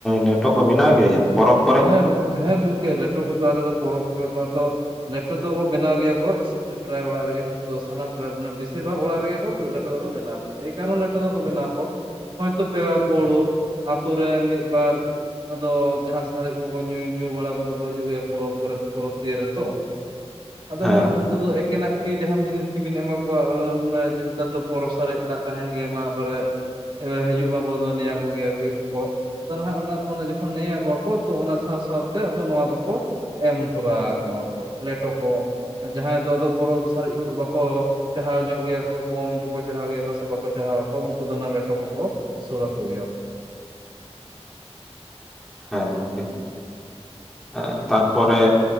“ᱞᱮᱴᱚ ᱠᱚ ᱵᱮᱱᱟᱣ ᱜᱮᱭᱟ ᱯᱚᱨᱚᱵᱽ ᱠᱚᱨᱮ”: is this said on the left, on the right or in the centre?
Centre